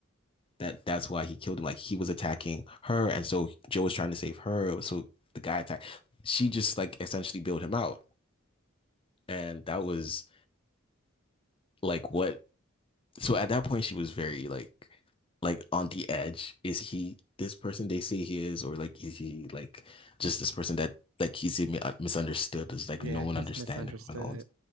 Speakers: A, on the left; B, on the right.
A: That that's why he killed him. Like he was attacking her, and so Joe was trying to save her. So the guy attacked. She just like essentially bailed him out, and that was like what So at that point, she was very like, like on the edge. Is he this person they say he is, or like is he like just this person that like he's mi- uh, misunderstood? Is like
B: Yeah,
A: no one
B: he's
A: understand
B: misunderstood.
A: him and all. that.